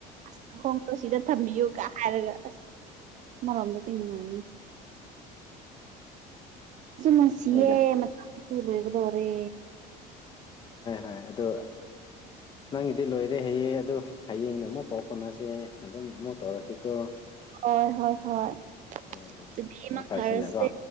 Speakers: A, on the right (about 45°); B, on the left (about 25°).
A: ꯑꯁ ꯃꯈꯈꯣꯡꯗꯣ ꯁꯤꯗ ꯊꯝꯕꯤꯌꯨꯒ ꯍꯥꯏꯔꯒ ꯑꯁ ꯃꯔꯣꯝꯗꯗꯤ ꯅꯨꯡꯉꯥꯏꯒꯅꯤ ꯁꯨꯝ ꯅꯨꯡꯁꯤꯌꯦꯦ
B: ꯍꯣꯏꯗ
A: ꯃꯇꯁꯨꯨ ꯂꯣꯏꯒꯗꯧꯔꯦ
B: ꯍ ꯑꯗꯣ ꯅꯪꯒꯤꯗꯤ ꯂꯣꯏꯔꯦ ꯍꯌꯦꯡ ꯑꯗꯨ ꯍꯌꯦꯡꯗ ꯑꯃꯨꯛ ꯄꯥꯎ ꯐꯥꯎꯅꯁꯦ ꯑꯗꯨꯝ ꯑꯃꯨꯛ ꯇꯧꯔꯛꯀꯦꯀꯣ
A: ꯍ ꯍꯣꯏ ꯍꯣꯏ ꯑꯗꯨꯗꯤ
B: ꯑꯥ
A: ꯏꯃꯥꯡꯚꯔꯁꯦ
B: ꯑꯥ ꯐꯔꯁꯤꯅꯀꯣ